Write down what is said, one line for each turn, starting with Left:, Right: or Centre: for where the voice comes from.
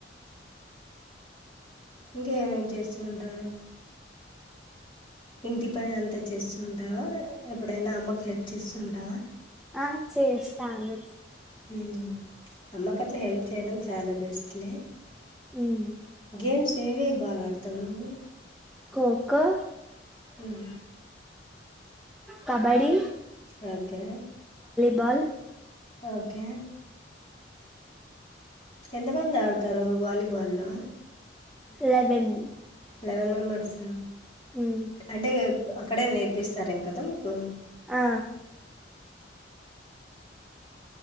Left: ఇంక ఏమేం చేస్తూ ఉంటారు ఇంటి పని అంతా చేస్తుంటావా ఎప్పుడైనా అమ్మకు హెల్ప్ చేస్తుంటావా
Centre: ఆ చేేస్తాను
Left: హ్మ్ అమ్మక అట్లా హెల్ప్ చేయడం చాలా బెస్ట్ లే
Centre: ఉమ్
Left: గేమ్స్ ఏవే బాగాడుతావ్ నువ్వు
Centre: కోకా
Left: ఉమ్
Centre: కబడీ
Left: ఒకే
Centre: బల్
Left: ఓకే ఎంత మంది ఆడతారు వాలీబాల్లో
Centre: లెవెన్
Left: లెవెన్ మెంబర్స్
Centre: ఉమ్
Left: అంటే అక్కడే నేర్పిస్తారేం కదా మీకు
Centre: ఆ